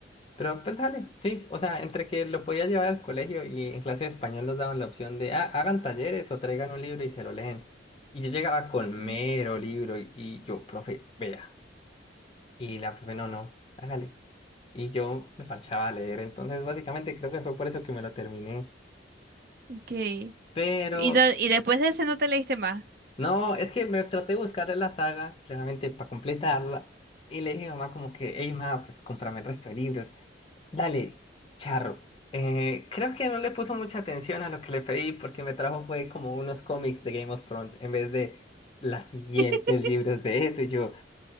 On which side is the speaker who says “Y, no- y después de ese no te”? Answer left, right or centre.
Right